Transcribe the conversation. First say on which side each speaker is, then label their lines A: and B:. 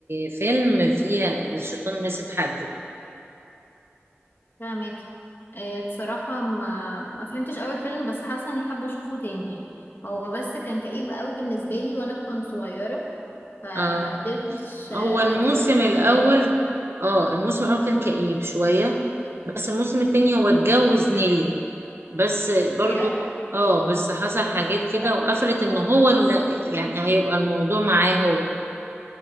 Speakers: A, on the right (about 60°); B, on the left (about 50°).
A: فيلم فيه الشيطان ماسك حد
B: فاهماكي آه بصراحة ما ما فهمتش اول فيلم بس حاسة اني حابة اشوفه تاني يعني هو بس كان كئيب قوي بالنسبة لي وانا كنت صغيرة فما
A: اه
B: قدرتش آه،
A: هو الموسم
B: أتو-
A: الأول
B: اتجاوب
A: اه الموسم الأول كان كئيب شوية بس الموسم التاني هو اتجوز نيلي بس برضو
B: بجد
A: اه بس حصل حاجات كده وقفلت ان هو اللي يعني هيبقى الموضوع معاه هو